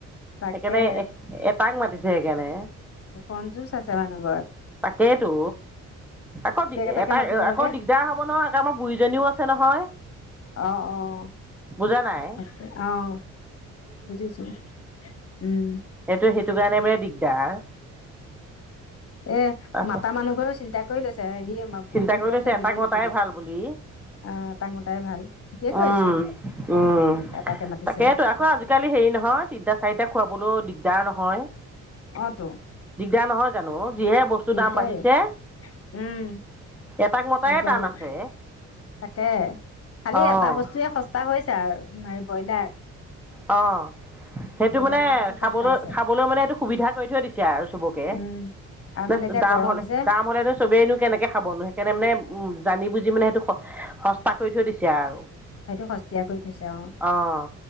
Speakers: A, on the left (about 50°); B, in the centre.
A: তাকে
B: সেইকাৰণে একেবাৰে <unintelligible> তাক মাতিছে সেইকাৰণে।
A: কনজোজ আছে মানুহ ঘৰ।
B: তাকেতো। আকৌ
A: গোটেই
B: <unintelligible>
A: কেইটাকে
B: এটাক
A: মাতিব লাগে
B: দিগদাৰ‌ হ'ব নহয়। আমাৰ বুৰিজনিও আছে নহয়।
A: অ' অ'।
B: বুজা নাই
A: অ' অ' বুজিছো উম।
B: সেইটোৱে সেইটো কাৰণে মানে দিগদাৰ।
A: অ'এ
B: তাৰপিছত
A: মাতা মানুহঘৰেও চিন্তা কৰি লৈছে। হেৰি বুৰিজনীও
B: চিন্তা কৰি লৈছে
A: আছে
B: এটাক
A: দিবনো
B: মতাই
A: কোনে,
B: ভাল বুলি
A: আহ তাক মতাই ভাল। ঠিকেই কৰিছে
B: উম, উম,
A: এটাকে মাতিছে
B: তাকেইতো আকৌ আজিকালি হেৰি নহয়, তিনটা, চাৰিটা, খুৱাবলৈ দিগদাৰ নহয়।
A: অ তো
B: দিগদাৰ নহয় জানো, যিহে বস্তুৰ
A: দিগদাৰেই
B: দাম বাঢ়িছে।
A: উম
B: এটাক মতাই
A: দিগদাৰেই
B: টান আছে।
A: তাকে, খালি
B: অঁ
A: এটা বস্তুৱে সস্তা হৈছে আৰু ব্ৰইলাৰ।
B: অ'। সেইটো
A: ব্ৰইলাৰ
B: মানে
A: মাংসটো
B: খাবলৈ
A: সস্তা আছে
B: খাবলৈ মানে সেইটো সুবিধা কৰি থৈ দিছে আৰু চবকে।
A: উম আৰু
B: <unintelligible>
A: মানে এতিয়া
B: দাম
A: গৰম
B: হ'লে,
A: যে
B: দাম হ'লেটো চবেইনো কেনেকে খাবনো, সেইকাৰণে মানে উম, জানি বুজি মানে সেইটো সস্তা কৰি থৈ দিছে আৰু।
A: সেইটো সস্তীয়া কৰি থৈছে অ'।
B: অঁ